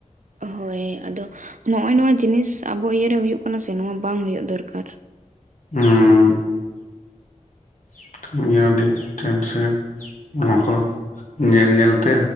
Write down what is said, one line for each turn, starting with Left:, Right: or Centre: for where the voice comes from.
Right: ᱦᱳᱭ ᱟᱫᱚ ᱱᱚᱜ-ᱚᱭ ᱱᱚᱣᱟ ᱡᱤᱱᱤᱥ ᱟᱵᱚ ᱤᱭᱟᱹᱨᱮ ᱦᱩᱭᱩᱜ ᱠᱟᱱᱟ ᱥᱮ ᱱᱚᱣᱟ ᱵᱟᱝ ᱦᱩᱭᱩᱜ ᱫᱚᱨᱠᱟᱨ᱾
Left: ᱦᱩᱸ ᱴᱷᱤᱠ ᱜᱮᱭᱟ ᱟᱹᱰᱤ ᱴᱮᱱᱥᱮᱱ᱾ ᱱᱚᱣᱟ ᱠᱚ ᱧᱮᱞ ᱧᱮᱞᱛᱮ᱾